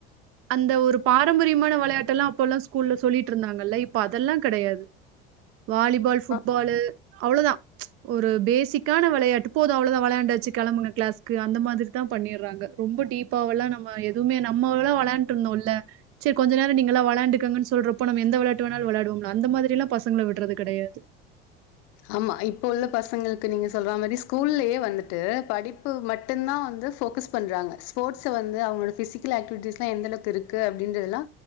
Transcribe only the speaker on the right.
அந்த ஒரு பாரம்பரியமான வெளையாட்டெல்லா அப்போலா ஸ்கூல்ல சொல்லிட்டு இருந்தாங்கல்ல இப்ப அதெல்லா கெடையாது வாலிபால் ஃபுட்பாலு
அவ்வளோ தா ஒரு பேசிக்கான வெளையாட்டு போது அவ்ளோ தா வெளயாண்டாச்சு கெளம்புங்க கிளாஸ்கு அந்த மாதிரி தா பண்ணிடுறாங்க ரொம்ப டீப்பாவலா நாம எதுவுமே நம்மலா வெளையாண்ட்ருந்தோல சரி கொஞ்ச நேரோ நீங்களா வ ளாண்டுக்கங்கன்னு சொல்றப்போ நம்ம எந்த வெளயாட்டு வேணாலொ வெளயாடுவோம்லா அந்த மாதிரிலா பசங்கள விடுறது கெடையாது